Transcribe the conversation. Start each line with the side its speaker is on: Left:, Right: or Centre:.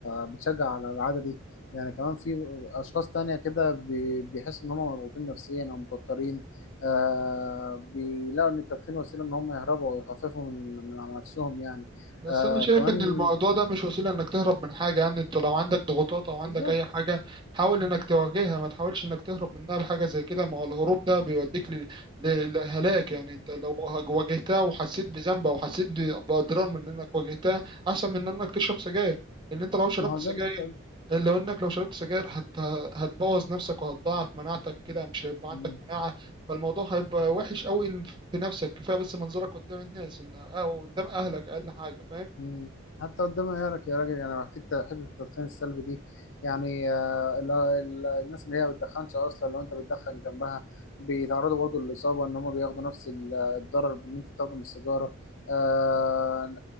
Left: بتشجع على العاده دي يعني كمان في اشخاص تانية كده بي- بيحسوا ان هم مضغوطين نفسيا او متوترين آه بيلاقوا ان التدخين وسيله ان هم يهربوا ويخففوا من من على نفسهم يعني
Right: بس
Left: آه
Right: انا شايف
Left: كمان
Right: ان الموضوع ده مش وسيله انك تهرب من حاجه يعني انت لو عندك ضغوطات او عندك
Left: بالظبط
Right: اي حاجه حاول انك تواجهها ما تحاولش انك تهرب منها بحاجه زي كده ما هو الهروب ده بيوديك ل- ل- للهلاك يعني انت لو واجهتها وحسيت بذنب او حسيت ب- باضرار من انك واجهتها احسن من انك تشرب سجاير لان انت لو شربت
Left: ما هو
Right: سجاير
Left: زي ما انت
Right: لو انك لو شربت سجاير هت... هتبوظ نفسك وهتضاعف مناعتك كده مش هيبقى
Left: قلت
Right: عندك مناعه فالموضوع هيبقى وحش قوي في نفسك كفايه بس منظرك قدام الناس ان او قدام اهلك اقل حاجه فاهم
Left: مم. حتى قدام عيالك يا راجل يعني حته حته التدخين السلبي دي يعني آه، ال- ال- الناس اللي هي ما بتدخنش اصلا لو انت بتدخن جنبها بيتعرضوا برضو للاصابه ان هم بياخدوا نفس ال- الضرر اللي انت بتاخده من السيجاره آه،